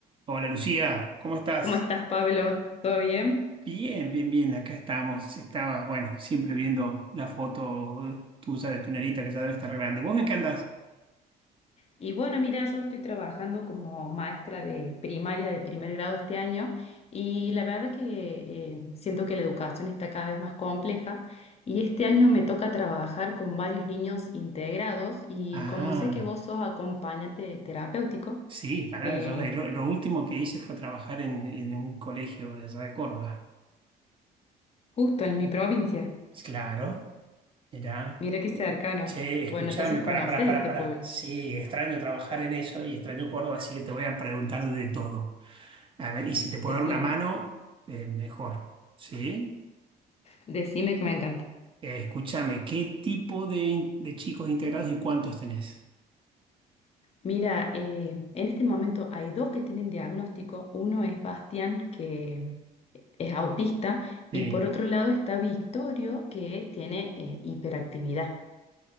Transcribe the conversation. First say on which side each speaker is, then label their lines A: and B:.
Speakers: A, on the right; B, on the left.
A: Hola Lucía, ¿cómo estás?
B: ¿Cómo estás, Pablo? ¿Todo bien?
A: Bien, bien, bien, acá estamos. Estaba, bueno, siempre viendo la foto tuya de tu nenita que ya debe estar grande. ¿Vos en qué andás?
B: Y bueno, mira, yo estoy trabajando como maestra de primaria de primer grado este año y la verdad que eh, siento que la educación está cada vez más compleja y este año me toca trabajar con varios niños integrados y
A: Ah,
B: como sé que vos sos acompañante terapéutico,
A: sí, pará,
B: eh,
A: yo de- lo, lo último que hice fue trabajar en, en un colegio de allá de Córdoba.
B: justo en mi provincia,
A: Claro, mirá.
B: mira qué cercanos.
A: Che, escuchame,
B: Bueno, entonces
A: pará,
B: conoces
A: pará, pará,
B: este
A: pará.
B: pueblo.
A: Sí, extraño trabajar en eso y extraño Córdoba, así que te voy a preguntar de todo. A ver, y si te puedo
B: Decime,
A: dar una mano, eh, mejor. ¿Sí?
B: decime que me encanta.
A: Eh, escúchame, ¿qué tipo de, in- de chicos integrados y cuántos tenés?
B: Mira, eh, en este momento hay dos que tienen diagnóstico. Uno es Bastián, que es autista,
A: Sí,
B: y por otro lado está Victorio, que tiene eh, hiperactividad.